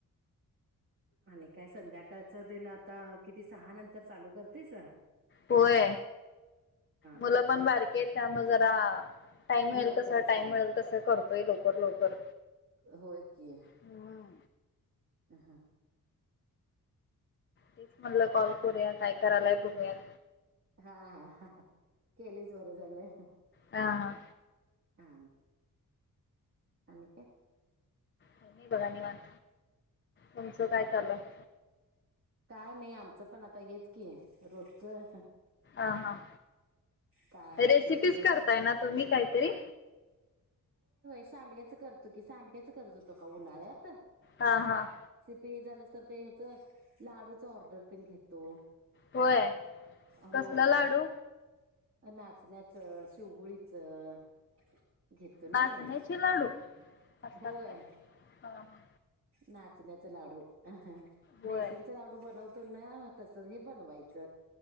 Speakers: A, on the right (about 40°); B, on the left (about 35°).
A: आणि काय संध्याकाळचं तेण आता किती सहा नंतर चालू करतेस.
B: होय मुलं
A: हा
B: पण बारके आहेत त्यामुळे जरा टाईम मिळेल
A: लवकरच
B: तस, टाइम
A: करायला
B: मिळेल तस, करतोय लवकर-लवकर
A: होय की
B: हम्.
A: ह, हा.
B: तेच म्हटलं कॉल करूया काय करायला. बघूयात.
A: हा, हा, ह केलीच बरं झालं.
B: हा हा
A: हा, आणि काय.
B: काय नाही बघा निवांत. तुमचं काय चालूय हाय.
A: काय नाही आमचं पण आता हेच की आहे रोजच.
B: अ हं
A: काय आहे
B: रेसिपीज
A: ते शेण
B: करताय ना तुम्ही काहीतरी?
A: सांडग्याचं करतो की सांडग्याचं करत होतो का उन्हाळ्यात.
B: हां हां.
A: पी झालंस तर ते ह्याचं लाडूचं ऑर्डर तेन घेतो.
B: होय
A: होय
B: कसलं लाडू?
A: नाचण्याचं, शिवगोळीचं घेतो
B: नाचण्याचे
A: नई
B: लाडू असतात
A: होय
B: काय हा हा
A: ना चण्याचं लाडू.
B: होय
A: बेसनचा लाडू बनवतो नाही हां तसं हे बनवाय च.